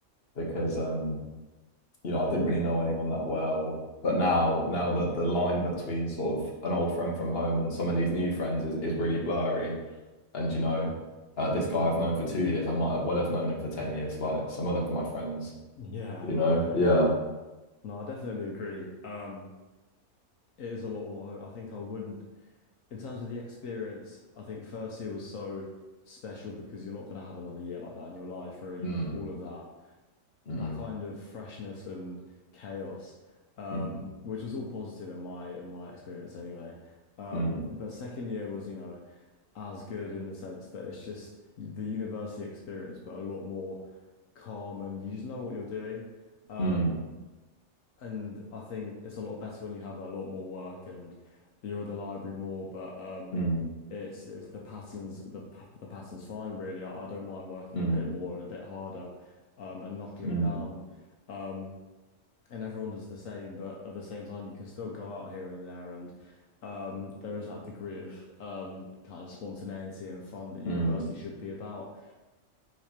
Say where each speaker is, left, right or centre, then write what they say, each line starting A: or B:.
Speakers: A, on the left (about 50°); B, on the left (about 75°).
A: because um, you know, I didn't really know anyone that well. But now, now the the line between sort of an old friend from home and some of these new friends is is really blurry. And you know, uh, this guy I've known for two years, I might have well have known him for ten years, like some other of my friends.
B: Yeah,
A: You know,
B: yeah.
A: yeah.
B: No, I definitely agree. Um, it is a lot more. ho- I think I would. in terms of the experience, I think first year was so special because you're not going to have another year like that in your life, really,
A: Mm,
B: with all of that
A: mm,
B: that kind of freshness and chaos, um,
A: mm,
B: which was all positive in my in my experience anyway. Um,
A: mm,
B: but second year was, you know, as good in the sense that it's just the university experience, but a lot more calm and you just know what you're doing. Um,
A: mm,
B: and I think it's a lot better when you have a lot more work and you're at the library more, but um
A: mm,
B: it's it's the patterns the pa- the pattern's fine really. I, I don't mind working
A: mm,
B: a bit more and a bit harder um and knuckling
A: mm,
B: down. Um, And everyone does the same, but at the same time you can still go out here and there and um there is that degree of um kind of spontaneity and fun that university
A: mm,
B: should be about